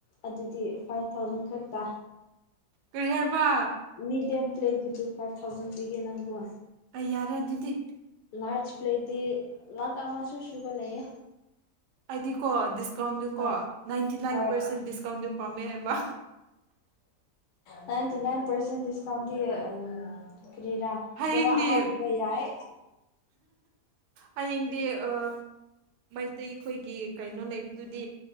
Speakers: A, on the left; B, on the right.
A: ꯑꯗꯨꯗꯤ ꯐꯥꯏꯚ ꯊꯥꯎꯖꯟ ꯈꯛꯇ
B: ꯀꯔꯤ ꯍꯥꯏꯕ
A: ꯃꯤꯗ꯭ꯌꯝ ꯄ꯭ꯂꯦꯠꯀꯤꯗꯨ ꯐꯥꯏꯚ ꯊꯥꯎꯖꯟ ꯄꯤꯒꯦ ꯅꯪꯕꯣ
B: ꯑꯩ ꯌꯥꯔꯦ ꯑꯗꯨꯗꯤ
A: ꯂꯥꯔꯖ ꯄ꯭ꯂꯦꯠꯇꯤ ꯂꯥꯛ ꯑꯃꯥꯁꯨ ꯁꯨꯕ ꯂꯩꯌꯦ
B: ꯑꯩꯗꯤꯀꯣ ꯗꯤꯁꯀꯥꯎꯟꯗꯨ
A: ꯍꯣꯏ
B: ꯀꯣ ꯅꯥꯏꯟꯇꯤ ꯅꯥꯏꯟ
A: ꯍꯣꯏ
B: ꯄꯥꯔꯁꯦꯟ ꯗꯤꯁꯀꯥꯎꯟꯗꯨ ꯄꯥꯝꯃꯦ ꯍꯥꯏꯕ
A: ꯅꯥꯏꯟꯇꯤ ꯅꯥꯏꯟ ꯄꯔꯁꯦꯟ ꯗꯤꯁꯀꯥꯎꯟꯗꯤ ꯎꯝ ꯀꯔꯤꯔꯥ
B: ꯍꯌꯦꯡꯗꯤ
A: ꯕꯣꯔꯥ ꯑꯃꯥ ꯄꯤꯕ ꯌꯥꯏ
B: ꯍꯌꯦꯡꯗꯤ ꯑꯥ ꯃꯩꯇꯩ ꯑꯩꯈꯣꯏꯒꯤ ꯀꯩꯅꯣ ꯂꯩꯕꯗꯨꯗꯤ